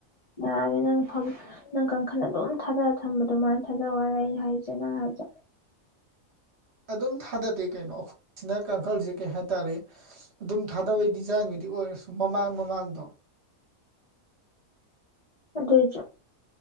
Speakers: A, on the left; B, on the right.
A: ꯅꯥꯔꯦ ꯅꯪ ꯐꯝ ꯅꯪ ꯀꯥꯡꯈꯜ ꯑꯗꯨꯝ ꯊꯥꯗꯔ ꯊꯝꯕ ꯑꯗꯨꯃꯥꯏꯅ ꯊꯥꯗꯧ ꯍꯥꯢꯔ ꯑꯩ ꯍꯥꯏꯁꯦ ꯅꯪ ꯍꯥꯏꯖꯦ
B: ꯑꯗꯨꯝ ꯊꯥꯗꯗꯦ ꯀꯩꯅꯣ ꯑꯩꯈꯣꯏ ꯁꯤꯅ ꯀꯥꯡꯈꯜꯁꯤ ꯀꯩ ꯍꯥꯏꯇꯥꯔꯦ ꯑꯗꯨꯝ ꯊꯥꯗꯕꯩ ꯗꯤꯖꯥꯏꯟꯕꯨꯗꯤ ꯑꯣꯏꯔꯁꯨ ꯃꯃꯥꯡ ꯃꯃꯥꯡꯗꯣ
A: ꯑꯗꯨꯏ ꯆꯣ